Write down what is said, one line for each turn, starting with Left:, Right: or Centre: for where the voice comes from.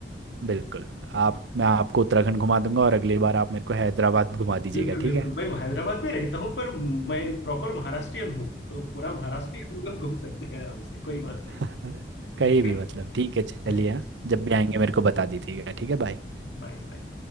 Right: बिल्कुल आप मैं आपको उत्तराखंड घुमा दूंगा और अगली बार आप मेरे को हैदराबाद घुमा दीजिएगा
Left: बिल्कुल बिल्कुल
Right: ठीक है
Left: मैं हैदराबाद में रहता हूँ पर मैं प्रॉपर महाराष्ट्रियन हूँ तो पूरा महाराष्ट्र ही हम लोग घूम सकते हैं आराम से कोई बात नहीं
Right: <laughs> कहीं भी मतलब
Left: <laughs>
Right: ठीक है चलिए
Left: चलेगा
Right: हाँ। जब भी आएंगे मेरे को बता दीजिएगा ठीक है बाय
Left: Bye bye